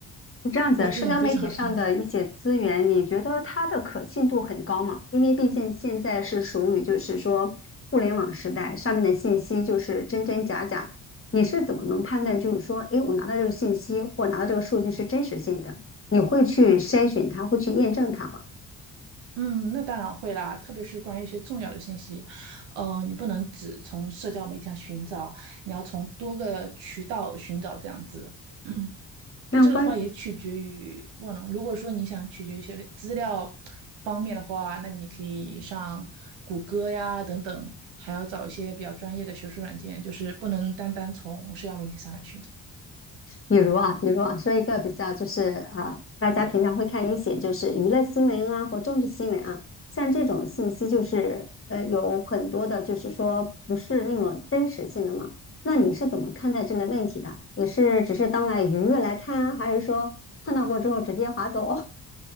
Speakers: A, on the left; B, on the right.
A: 是这样子的，
B: 就资源非常的丰富。
A: 社交媒体上的一些资源，你觉得它的可信度很高吗？因为毕竟现在是属于就是说互联网时代，上面的信息就是真真假假，你是怎么能判断就是说，诶，我拿到这个信息或拿到这个数据是真实性的？你会去筛选它，会去验证它吗？
B: 嗯，那当然会啦，特别是关于一些重要的信息，嗯，你不能只从社交媒体上寻找，你要从多个渠道寻找这样子。<clears throat> 但这个的话也取决于忘了，
A: 那关
B: 如果说你想取决于一些资料方面的话，那你可以上谷歌呀等等，还要找一些比较专业的学术软件，就是不能单单从社交媒体上来寻找。
A: 比如啊，比如啊，说一个比较就是啊，呃大家平常会看一些就是娱乐新闻啊或政治新闻啊，像这种信息就是呃有很多的，就是说不是那么真实性的嘛。那你是怎么看待这类问题的？你是只是当来娱乐来看啊还是说看到过之后直接划走？